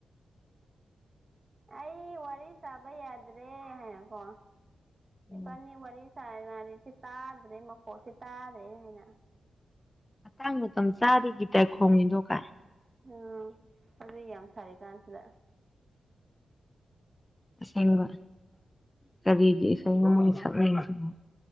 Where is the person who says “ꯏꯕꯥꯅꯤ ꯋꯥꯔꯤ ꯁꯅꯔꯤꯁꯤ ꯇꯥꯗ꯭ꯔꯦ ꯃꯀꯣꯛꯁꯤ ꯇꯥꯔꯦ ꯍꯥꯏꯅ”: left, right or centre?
Right